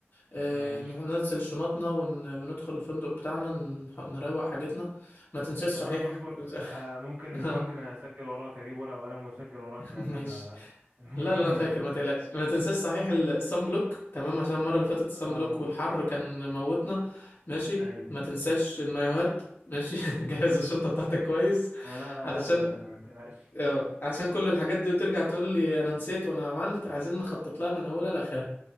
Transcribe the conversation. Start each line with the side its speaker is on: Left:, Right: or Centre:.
Left: اه
Right: ماشي
Left: نح- ننزل شنطنا ون... وندخل الفندق بتاعنا نح- نروق حاجتنا ما تنساش صحيح
Right: طب انا مصبر
Left: <laughs>
Right: آه ممكن ممكن
Left: اه
Right: اسجل وراك اجيب ورقه وقلم واسجل وراك لان
Left: ماشي
Right: انا <laughs> أنا
Left: لا
Right: ممكن
Left: لا انا
Right: انسى
Left: فاكر ما تقلقش ما تنساش صحيح ال- الصن بلوك تمام عشان المره اللي فاتت الصن
Right: <laughs>
Left: بلوك والحر
Right: اه
Left: كان موتنا ماشي
Right: ايوه
Left: ما تنساش المايوهات ماشي <laughs> جهز الشنطه
Right: <laughs>
Left: بتاعتك
Right: ماشي.
Left: كويس
Right: آه لا لا
Left: علشان
Right: لا لا لا ما تقلقش
Left: اه عشان كل الحاجات دي وترجع تقول لي انا نسيت وانا عملت عايزين نخطط لها من اولها لاخرها